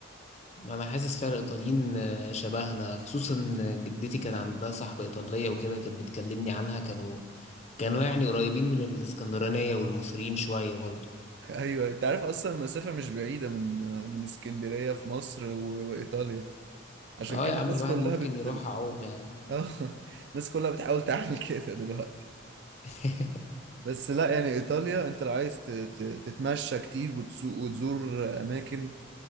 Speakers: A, on the left; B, on the right.
A: ما انا حاسس فعلا الايطاليين آه، شبهنا خصوصا جدتي كان عندها صاحبة ايطالية وكده كانت بتكلمني عنها كانوا كانوا يعني قريبين من الاسكندرانية والمصريين شوية برضه
B: <laughs> ايوه انت عارف اصلا المسافه مش بعيده من من اسكندريه في مصر و- وايطاليا عشان
A: اه
B: كده
A: يا عم
B: الناس
A: الواحد
B: كلها
A: ممكن
B: بت
A: يروح اعوم يعني
B: اه <laughs> الناس كلها بتحاول تعمل <laughs> كده دلوقتي
A: <laughs>
B: بس لا يعني ايطاليا انت لو عايز ت- ت- تتمشى كتير وتسوق وتزور اماكن